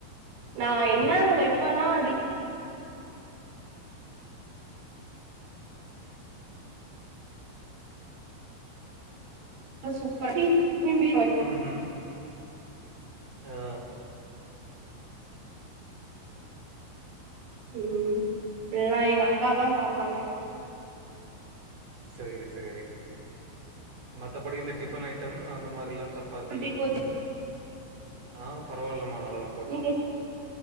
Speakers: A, on the right; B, on the right.
A: நா என்ன வைப்பனா அது சூப்பரா‌ <inaudible>
B: ம் ஹும் ஆ
A: ம் எல்லா எங்க அக்கா தா பாப்பாங்க
B: சேரி சேரி மத்தபடி இந்த டிஃபன் ஐட்டம் அந்த மாரிலா சப்பாத்தி
A: எப்டி போச்சு
B: ஆ பரவால்லம்மா நல்லா தா
A: நீங்க